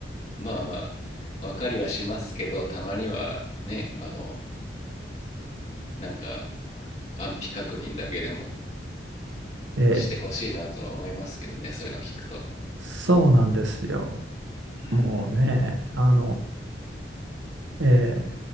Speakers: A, on the left; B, on the right.
A: まあまあ分かりはしますけどたまにはねあのなんか安否確認だけでも
B: ー、えー
A: してほしいなとは思いますけどねそういうの聞くと
B: そうなんですよ。
A: うん
B: もうね、あの、えー